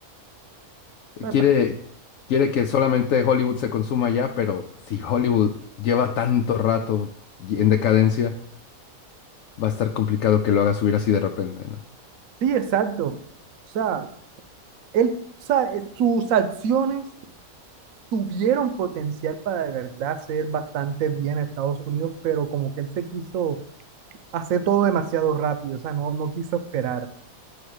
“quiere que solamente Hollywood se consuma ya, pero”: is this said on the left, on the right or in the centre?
Left